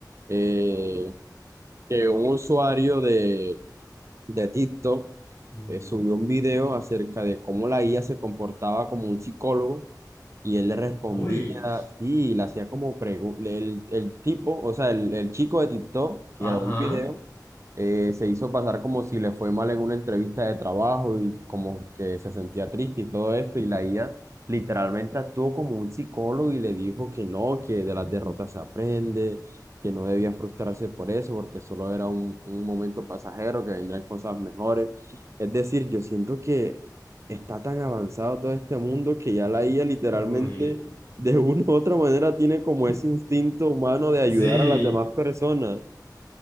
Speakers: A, on the right; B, on the left.
A: eh, que un usuario de, de TikTok
B: Ujú.
A: eh, subió un video acerca de cómo la IA se comportaba como un psicólogo y él le respondía,
B: Uy,
A: sí, y le hacía como preguntas, el, el tipo, o sea, el, el chico de TikTok que
B: Ajá.
A: grabó el video eh, se hizo pasar como si le fue mal en una entrevista de trabajo y como que se sentía triste y todo esto, y la IA literalmente actuó como un psicólogo y le dijo que no, que de las derrotas se aprende, que no debía frustrarse por eso, porque solo era un, un momento pasajero, que vendrán cosas mejores. Es decir, yo siento que está tan avanzado todo este mundo que ya la IA literalmente...
B: Uy.
A: De una u otra manera tiene como
B: <laughs>
A: ese instinto humano de ayudar
B: Sí.
A: a las demás personas.